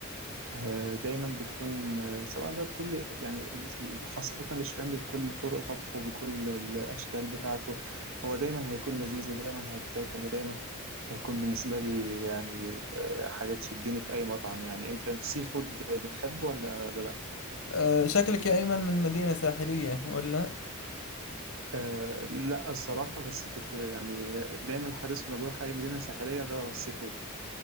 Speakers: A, on the right (about 65°); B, on the left (about 70°).
A: آه، دايما بتكون آه، سواء بقى بكل يعني خاصة الشريمب بكل طرق طبخه بكل الأشكال بتاعته هو دايما هيكون لذيذ ودايما هيتاكل ودايما هيكون بالنسبة لي يعني آه، حاجة تشدني في أي مطعم يعني أنت السي فود بتحبه ولا ولا لأ؟
B: أه شكلك يا ايمن من مدينة ساحلية ولا
A: أه لا الصراحة بس كنت يعني دايما حريص وأنا بروح أي مدينة ساحلية أدور على السي فود